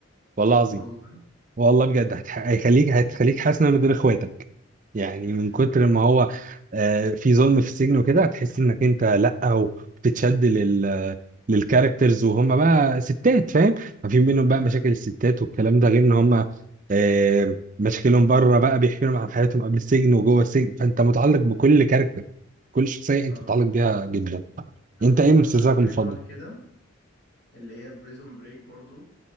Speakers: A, on the right; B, on the left.
A: والله العظيم
B: والله
A: والله بجد هتح- هيخليك هتخليك حاسس انك من دول اخواتك يعني
B: <laughs>
A: من كتر ما هو آه، في ظلم في السجن وكده هتحس انك انت لا وبتتشد لل للكاركترز وهم بقى ستات فاهم في منهم بقى
B: ايوه
A: مشاكل الستات والكلام ده غير ان هم آه، مشاكلهم بره بقى بيحكي لهم عن حياتهم قبل السجن وجوه السجن فانت متعلق بكل
B: أيوة.
A: كاركتر كل شخصيه انت
B: اه
A: متعلق بيها جدا
B: انا
A: انت
B: اتفرجت
A: ايه مسلسلك
B: على حاجه
A: المفضل؟
B: شبه كده اللي هي بريزون بريك برضو